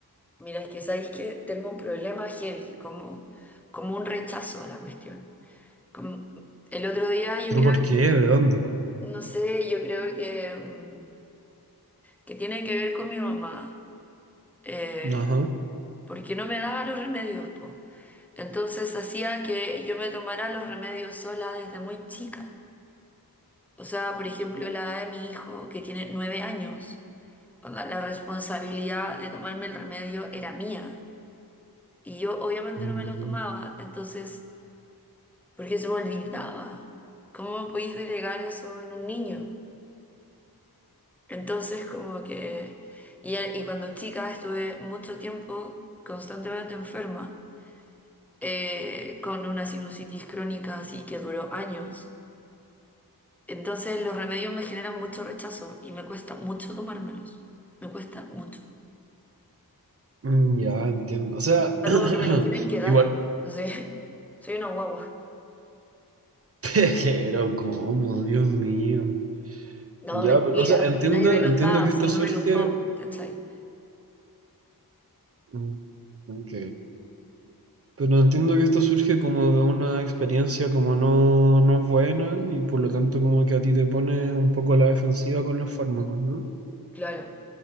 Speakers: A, in the centre; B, on the right (about 40°).
A: Mira, es que sabéis que tengo un problema heavy, como, como un rechazo a la cuestión. Como- el otro día yo
B: ¿Pero
A: creo
B: por qué?
A: que,
B: ¿De dónde?
A: no sé, yo creo que, mm, que tiene que ver con mi mamá, eh,
B: Ajá.
A: porque no me daba los remedios, pues. Entonces hacía que yo me tomara los remedios sola desde muy chica. O sea, por ejemplo, la edad de mi hijo, que tiene nueve años, onda, la responsabilidad de tomarme el remedio era mía. Y yo obviamente
B: Mm,
A: no me lo tomaba. Entonces porque se me olvidaba. ¿Cómo podéis delegar eso en un niño? Entonces, como que... Y, y cuando chica estuve mucho tiempo constantemente enferma, eh, con una sinusitis crónica así que duró años. Entonces los remedios me generan mucho rechazo y me cuesta mucho tomármelos. Me cuesta mucho.
B: mm, Ya entiendo. O sea,
A: O sea,
B: <clears throat>
A: como que me los tienen que dar.
B: igual,
A: Entonces, <laughs> soy una guagua.
B: <laughs> pero ¿cómo? Dios mío.
A: No,
B: Ya,
A: mentira,
B: pero, o sea,
A: porque
B: entiendo,
A: nadie me los
B: entiendo
A: da,
B: que
A: o
B: esto
A: sea,
B: surge.
A: no me los tomo, ¿cachai?
B: mm, Ok. Pero entiendo que esto surge como de una experiencia como no, no buena y por lo tanto como que a ti te pone un poco a la defensiva con los fármacos, ¿no?
A: Claro.